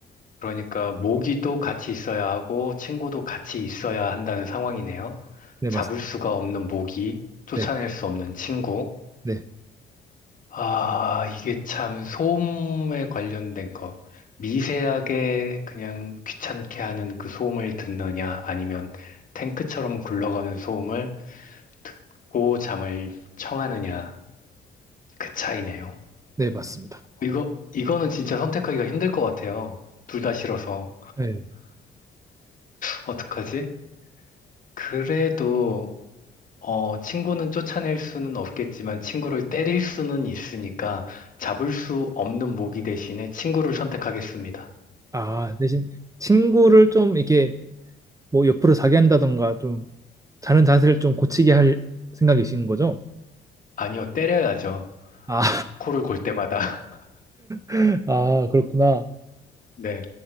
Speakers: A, on the left (about 40°); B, on the right (about 15°).
A: 그러니까 모기도 같이 있어야 하고 친구도 같이 있어야 한다는 상황이네요.
B: 네,
A: 잡을
B: 맞습니다.
A: 수가 없는 모기, 쫓아낼
B: 네,
A: 수 없는 친구.
B: 네,
A: 아, 이게 참 소음에 관련된 거. 미세하게 그냥 귀찮게 하는 그 소음을 듣느냐, 아니면 탱크처럼 굴러가는 소음을 듣고 잠을 청하느냐, 그 차이네요.
B: 네, 맞습니다.
A: 이거, 이거는 진짜 선택하기가 힘들 것 같아요. 둘 다 싫어서.
B: 네.
A: 어떡하지? 그래도 어, 친구는 쫓아낼 수는 없겠지만 친구를 때릴 수는 있으니까 잡을 수 없는 모기 대신에 친구를 선택하겠습니다.
B: 아, 대신 친구를 좀 이게 뭐 옆으로 자게 한다던가 좀 자는 자세를 좀 고치게 할 생각이신 거죠?
A: 아니요, 때려야죠.
B: 아,
A: 코를 골 때마다. <laughs>
B: <laughs> 아, 그렇구나.
A: 네.